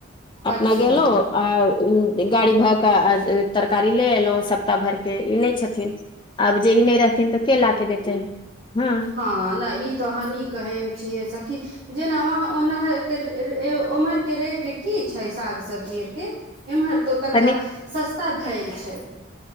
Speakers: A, on the left; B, on the right.
A: अपना
B: अच्छा
A: गेलौं आ गाड़ी भऽ के तरकारी ले एलहुॅं सब त भरके ई नै छथिन आब जे ई नै रहथिन त के ला के देतै हँ।
B: हॅं नै इ त अहाँ नीक कहै छियै सखी जेना वहाँ ओनहरके रे- रे-उम्हरके रेट की छै साग सब्जी आर के? एम्हर तो तनिका
A: कनिक
B: सस्ता भेयल छै।